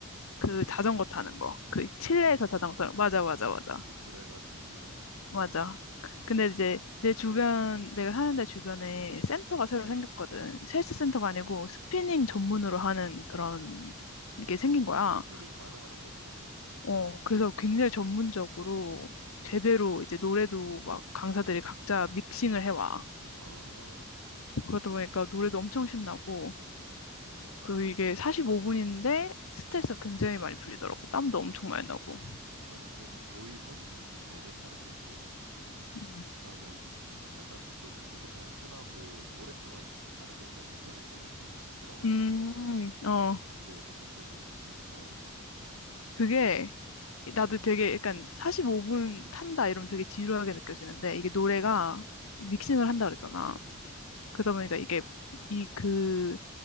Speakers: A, on the left (about 65°); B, on the right (about 85°).
A: 그 자전거 타는 거.
B: GX
A: 그 실내에서 자전거 타는 거. 맞아,
B: 어,
A: 맞아,
B: 어.
A: 맞아.
B: x 로 해 가지고
A: 맞아.
B: 맞지?
A: 근데 이제 내 주변, 내가 사는 데 주변에 센터가 새로 생겼거든.
B: 음.
A: 헬스 센터가 아니고 스피닝 전문으로 하는 그런 게 생긴 거야.
B: 스피닝만 하는 거구나.
A: 어, 그래서 굉장히 전문적으로
B: 음.
A: 제대로 이제 노래도 막 강사들이 각자 믹싱을 해와.
B: 음. 아.
A: 그러다 보니까 노래도 엄청 신나고,
B: 어.
A: 그 이게 45분인데 스트레스가 굉장히 많이 풀리더라고. 땀도 엄청 많이 나고.
B: 아니 그러면 거의 45분 내내 타는 건데
A: 음,
B: 나는 약간 좀 그렇게 단순하고 오랫동안 하는 걸 잘 못 하겠더라고. 힘들어 가지고.
A: 음, 어,
B: 근데 어떻게 너는 저렇게 잘하고 있어?
A: 그게 나도 되게 약간 45분 탄다 이러면 되게 지루하게 느껴지는데 이게 노래가
B: 음,
A: 믹싱을 한다 그랬잖아.
B: 음,
A: 그러다 보니까 이게 이그